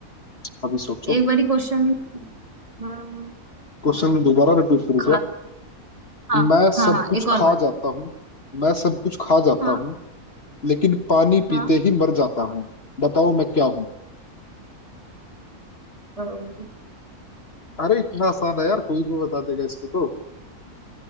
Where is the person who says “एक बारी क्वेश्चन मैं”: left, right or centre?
Right